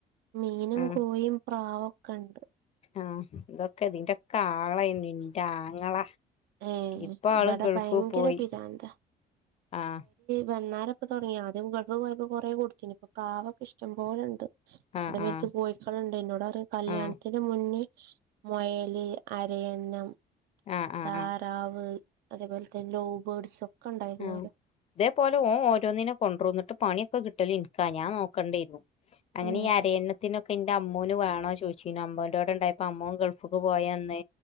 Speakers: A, on the right; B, on the left.
A: മീനും
B: ആഹ്
A: കോയീം പ്രാവൊക്കെ ഉണ്ട്
B: ആഹ് ഇതൊക്കെ ഇതിന്റെക്കെ ആളായിന് ഇൻ്റെ ആങ്ങള
A: ഏഹ്
B: ഇപ്പൊ
A: ഇവിടെ
B: ആള് ഗൾഫ്
A: ഭയങ്കര
B: പോയി
A: പിരാന്താ
B: ആഹ്
A: വന്നാലപ്പ തുടങ്ങി ആദ്യം ഗൾഫ് പോയപ്പോ കുറേ കൊടുത്തന് ഇപ്പൊ പ്രാവ് ഒക്കെ ഇഷ്ടം പോലുണ്ട്
B: ആഹ്
A: അത മേലക്ക്
B: ആഹ്
A: കോയിക്കളുണ്ട് എന്നോട് പറഞ്ഞ് കല്യാണത്തിന്റെ
B: ആഹ്
A: മുന്നേ മുയല് അരയന്നം
B: ആഹ് ആഹ്
A: താറാവ്
B: ആഹ്
A: അതേപോലെ തന്നെ ലോ ബേർഡ്സ് ഒക്കെ ഉണ്ടായിരുന്നലോ
B: ആഹ് ഇതേപോലെ ഓന് ഓരോന്നിനെ കൊണ്ടുവന്നിട്ട് പണിയൊക്കെ കിട്ടല് നിക്കാ ഞാൻ നോക്കേണ്ടിയിരുന്നു അങ്ങനെ
A: ഉം
B: ആരയന്ന ത്തിനൊക്കെ എന്റെ അമ്മൂന് വേണോ ചോദിച്ചിന് അമ്മന്റെടെ ഉണ്ടായിപ്പോ അമ്മൻ ഗൾഫ്ക്ക് പോയന്ന്